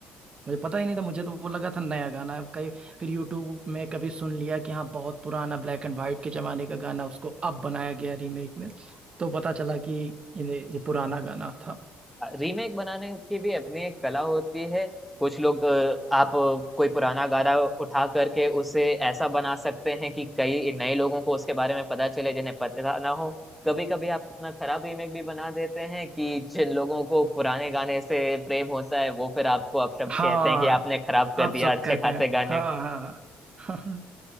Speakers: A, on the right; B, in the centre.
A: मुझे पता ही नहीं था मुझे तो वो लगा था नया गाना है कहीं फिर यूट्यूब में कभी सुन लिया कि हाँ बहुत पुराना ब्लैक एंड वाइट के जमाने का गाना उसको अब बनाया गया रीमेक में तो पता चला कि ये ये पुराना गाना था
B: रीमेक बनाने की भी अपनी एक कला होती है कुछ लोग अ, आप अ, कोई पुराना गाना उठा करके उसे ऐसा बना सकते हैं कि कई नए लोगों को उसके बारे में पता चले जिन्हें पता ना हो कभी कभी आप इतना खराब रीमेक भी बना देते हैं कि जिन लोगों को पुराने गाने से प्रेम होता है वो फिर आपको अपशब्द
A: हाँ
B: कहते हैं कि आपने खराब कर
A: आप
B: दिया
A: सब
B: अच्छे
A: कहते
B: खासे
A: हैं
B: गाने
A: हाँ
B: को
A: हाँ हाँ